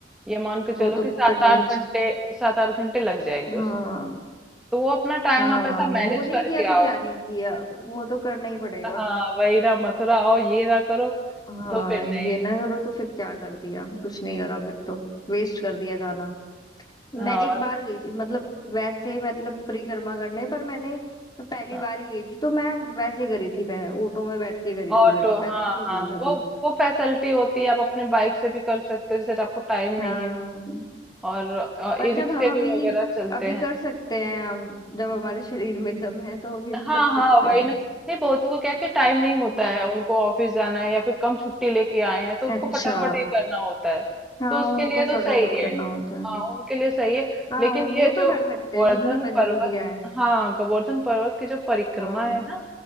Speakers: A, in the centre; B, on the left.
A: ये मान के चलो
B: वो तो
A: कि सात
B: करनी
A: आठ
B: च-
A: घंटे सात आठ घंटे लग जाएंगे उसमें
B: हाँ
A: तो वो अपना टाइम
B: हाँ
A: आप ऐसा मैनेज
B: वो नहीं
A: करके
B: किया तो
A: आओ
B: क्या नहीं किया वो तो करना ही पड़ेगा
A: हाँ वही ना मथुरा आओ ये ना करो
B: हाँ
A: तो फिर
B: ये
A: नहीं
B: ना करो तो फिर क्या कर दिया कुछ नहीं करा फिर तो वेस्ट कर दिया जाना
A: हाँ
B: मैं एक बार गई थी मतलब वैसे मतलब परिक्रमा करने पर मैंने मैं पहली
A: हाँ
B: बार ही गई थी तो मैं वैसे करी थी मैं ऑटो में बैठ के करी
A: ऑटो
B: थी मैंने पैदल
A: हाँ
B: नहीं
A: हाँ
B: करी अभी
A: वो वो फैसिलिटी होती है आप अपने बाइक से भी कर सकते हो जैसे आपको टाइम
B: हाँ
A: नहीं है तो और
B: पर
A: ई
B: जब
A: रिक्शे
B: हम अभी
A: भी वगैरह चलते
B: अभी
A: हैं
B: कर सकते हैं हम जब हमारे शरीर में दम है तो अभी हम
A: हाँ
B: कर सकते
A: हाँ वही
B: हैं
A: ना नहीं बहुत को क्या है कि टाइम नहीं होता
B: हम्म।
A: है उनको ऑफिस जाना है या फिर कम छुट्टी लेके आए हैं तो उनको
B: अच्छा
A: फटाफट ये करना होता है
B: हाँ
A: तो उसके
B: उनको
A: लिए तो
B: फटाफट
A: सही है
B: करना होता है
A: हाँ उनके लिए सही है
B: हाँ
A: लेकिन
B: वो
A: ये
B: तो
A: जो
B: कर सकते
A: गोवर्धन
B: हैं जिनकी मजबूरियां
A: पर्वत
B: हैं
A: हाँ गोवर्धन पर्वत की जो परिक्रमा
B: हाँ
A: है ना